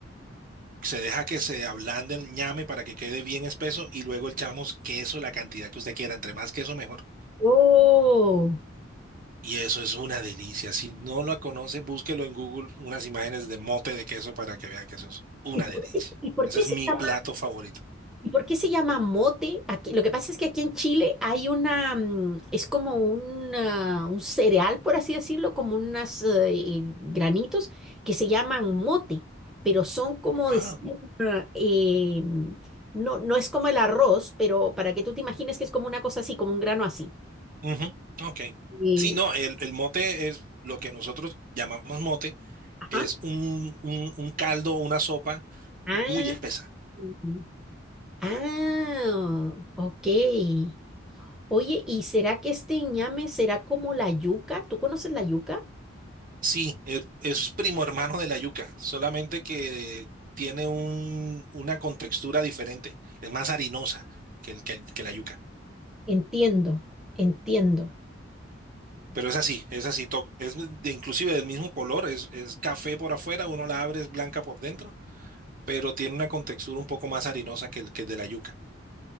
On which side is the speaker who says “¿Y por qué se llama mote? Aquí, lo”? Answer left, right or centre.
Centre